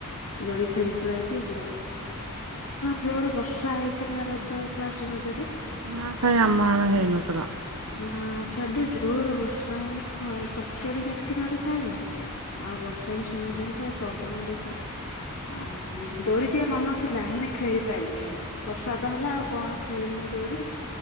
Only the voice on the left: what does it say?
ହଁ ରଜରେ ଜୋର୍ ରେ ବର୍ଷା ହେଇଥିଲା ରଜ ଫାଷ୍ଟ ରଜଟା
ନା ସେବେ ଜୋର ବର୍ଷା ମାନେ ଚଡ଼ ଚଡ଼ି ଯେମିତି ମାରୁଥାଏ ଆଉ ବର୍ଷା ବି ସେମିତି ହଉଥାଏ ପବନ ଦଉଥାଏ। ଆଉ ଦୋଳି ଟିକେ ମନ ଥିଲା ହେଲେ ଖେଳି ପାଇଲିଣି। ବର୍ଷା ତ ହେଲା ଆଉ କଣ ଖେଳିମୁ ଦୋଳି